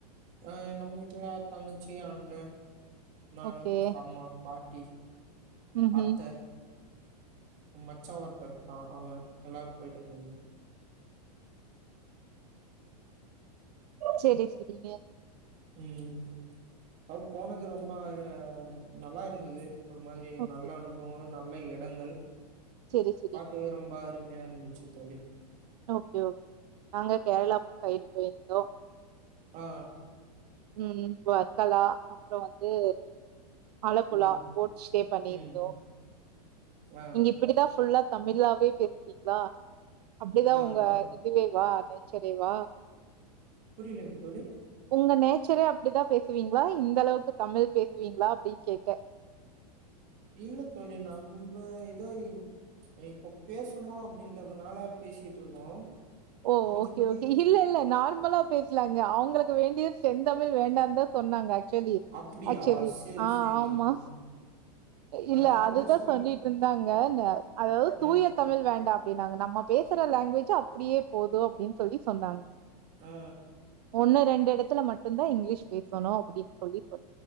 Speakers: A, on the right; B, on the right.
A: ஆஹ் நம்ம வீட்டுல தங்கச்சி அண் ணே நானு
B: ஓகே
A: அம்மா பாட் டி
B: ம்
A: அத்தே
B: ம்
A: மச்சா ஒருத்த இருக்கா அவே எல்லார் போயிட்டு வந்திருந்தோ
B: செரி செரிங்க
A: ம் அ போனது ரொம்ப ஒரு நல்லா இருந்தது ஒரு மாதிரி
B: ஓகே
A: நல்ல அனுபவோ நல்ல எடங்கள்
B: செரி செரிங்க
A: பாக்குவே ரொம்ப அரும்யா இருந்துச் சி தோழி
B: ஓகே ஓகே நாங்க கேரளா சைடு போயிருந்தோ
A: அ அ
B: ம் ம் வர்த்தலா அப்றோ வந்து அலப்புலா
A: ஓ
B: போட் ஸ்டே பண்ணிருந்தோ
A: ம் ஆ
B: இங் இப்பிடிதா ஃபுல்லா தமிழாவே பேசுவீங்ளா அப்டிதா
A: ஆ
B: உங்க
A: ஆ
B: இதுவே வா நேச்சரேவா
A: புரிலிங் தோழி
B: உங்க நேச்சரே அப்டிதா பேசுவீங்ளா இந்த அளவுக்கு தமிழ் பேசுவீங்ளா அப்டின் கேட்ட
A: இல்ல தோழி நம்ப இதோ இப்ப பேசணு அப்டின்றதுனால பேசிட்ருக்கோ
B: ஓ
A: மித்தபடி
B: ஓகே ஓகே இல்ல இல்ல நார்மலா பேஸ்லாங்க அவுங்களுக்கு வேண்டியத் செந்தமிழ் வேண்டாந்தா சொன்னாங்க ஆக்சுவலி
A: அப்டியா
B: ஆக்சுவலி
A: சேரி
B: ஆ
A: சேரிங்க
B: ஆமா
A: தோழி
B: இல்ல
A: அதா அவங்களே
B: அதுதா
A: சொல்
B: சொல்லிட்ருந்தாங் க ந அதாவ்து தூய
A: ஆ
B: தமிழ் வேண்டா ப்படி நாங்க நம்ம பேசுற லாங்வேஜ ப்டியே போது அப்டின் சொல்லி சொன்னாங்க
A: ஆ
B: ஒன்னு ரெண்டு எடத்துல மட் லுந்தா இங்கிலீஷ் பேசணு அப்டின் சொல்லி சொ